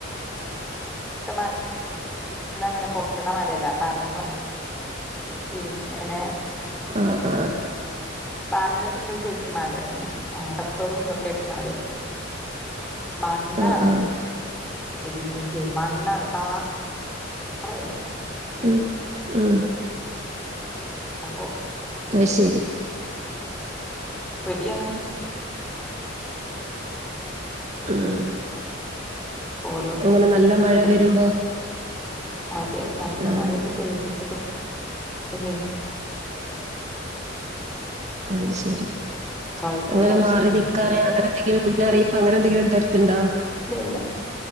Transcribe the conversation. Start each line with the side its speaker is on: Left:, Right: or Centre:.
Centre: <inaudible> അല്ല അങ്ങനെ പൊട്ടണ മലല്ല പരന്ന പിന്നെ ഇങ്ങനെ
Right: ആഹ് ആഹ്
Centre: പരന്നിട്ട്ള്ള ഒരു സെസ്സ് മാലയാണ് റബ്ബറു ഇതൊക്കെ ആയിട്ട് മാലയാണ് മണ്ണാണ്
Right: ആഹ് ആഹ്
Centre: ഇടിഞ്ഞിട്ട് മണ്ണാണ് പാറയല്ല
Right: ഉം ഉം
Centre: അപ്പോ
Right: അഹ് ശരി
Centre: പെടിയാണ്
Right: ഉം
Centre: ഓരോ സ്ഥലത്ത
Right: അങ്ങനെ നല്ല
Centre: ഇങ്ങനെ ഉരുൾപൊട്ട
Right: മഴ വരുമ്പോ
Centre: അതെ നല്ല
Right: ആഹ്
Centre: മഴ് <unintelligible>
Right: അയ്ശരി
Centre: കഴിഞ്ഞ
Right: അങ്ങനെ
Centre: പ്രാവശ്യൊക്കെ
Right: മാറി നിൽക്കാനെ
Centre: ഒരു
Right: അങ്ങനെ എന്തെങ്കിലും മുന്നറിയിപ്പ് അങ്ങനെ എന്തെങ്കിലും തരത്തിണ്ടോ
Centre: ഇല്ലല്ല